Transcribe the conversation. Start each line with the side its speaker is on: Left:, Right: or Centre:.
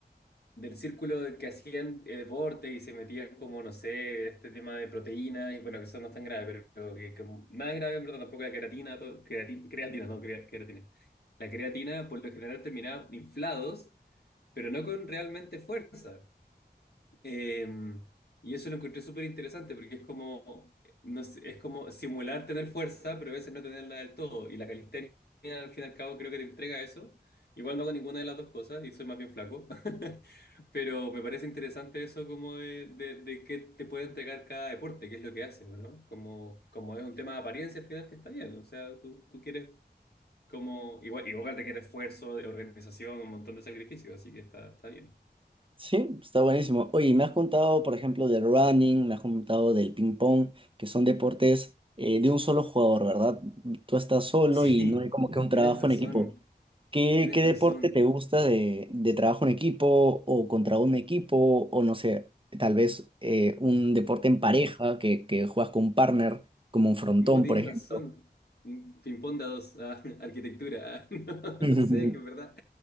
Left: del círculo de que hacían eh, deporte y se metían como, no sé, este tema de proteínas, y bueno, que eso no es tan grave, pero que, que nada grave, pero tampoco la creatina, todo- creati- creatina, no, crea- creatina. La creatina por lo general terminaba inflados, pero no con realmente fuerza. Eh, y eso lo encontré súper interesante porque es como, no sé, es como simular tener fuerza, pero a veces no tenerla del todo. Y la calistenia, al fin y al cabo, creo que te entrega eso. Igual no hago ninguna de las dos cosas y soy más bien flaco. <laughs> Pero me parece interesante eso como de, de, de qué te puede entregar cada deporte, qué es lo que haces, ¿o ¿no? Como, como es un tema de apariencia al final que está bien. O sea, tú, tú quieres como, igual, igual requiere esfuerzo, de organización, un montón de sacrificios, así que está, está bien.
Right: Sí, está buenísimo. Oye, me has contado, por ejemplo, del running, me has contado del ping pong, que son deportes eh, de un solo jugador, ¿verdad? Tú estás solo
Left: Sí,
Right: y no hay como que un trabajo
Left: tienes razón.
Right: en equipo. ¿Qué,
Left: Tienes
Right: qué
Left: razón.
Right: deporte te gusta de, de trabajo en equipo o contra un equipo o no sé, tal vez eh, un deporte en pareja que, que juegas con un partner, como un frontón,
Left: No, tienes
Right: por ejemplo?
Left: razón. Mm, Ping-pong de a dos, ah, <laughs> arquitectura. ah, <laughs> No,
Right: <laughs>
Left: no sé, que es verdad.